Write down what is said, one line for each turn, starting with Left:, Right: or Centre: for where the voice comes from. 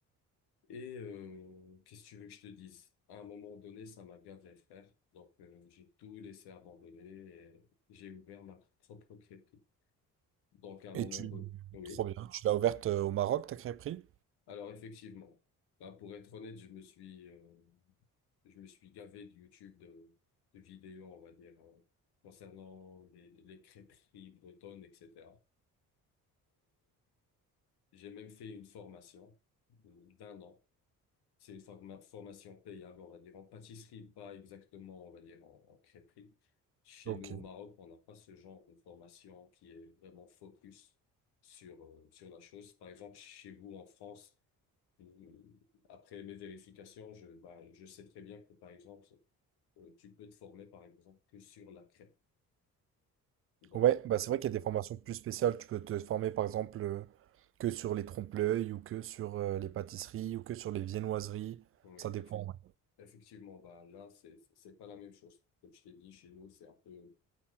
Left: Et euh, qu'est-ce que tu veux que je te dise? À un moment donné, ça m'a gavé, frère. Donc, euh, j'ai tout laissé abandonner et j'ai ouvert ma propre crêperie. Donc, à un moment
Right: Et tu...
Left: donné, oui.
Right: Trop bien. Tu l'as ouverte euh, au Maroc, ta crêperie?
Left: Alors, effectivement, bah, pour être honnête, je me suis, euh, je me suis gavé de YouTube, de, de vidéos, on va dire, hein, concernant les, les crêperies bretonnes, etc. J'ai même fait une formation euh, d'un an. C'est une forma- formation payable, on va dire, en pâtisserie, pas exactement, on va dire, en, en crêperie. Chez
Right: Ok.
Left: nous, au Maroc, on n'a pas ce genre de formation qui est vraiment focus sur, euh, sur la chose. Par exemple, chez vous, en France, euh, après mes vérifications, je, bah, je sais très bien que, par exemple, euh, tu peux te former, par exemple, que sur la crêpe. Bon,
Right: Ouais, bah c'est vrai
Left: euh,
Right: qu'il y a des formations plus spéciales. Tu peux te former par exemple euh, que sur les trompe-l'œil ou que sur euh, les pâtisseries ou que sur les viennoiseries.
Left: oui,
Right: Ça dépend.
Left: effe-
Right: Ouais,
Left: effectivement, bah, là, c'est, c'est pas la même chose. Comme je t'ai dit, chez nous, c'est un peu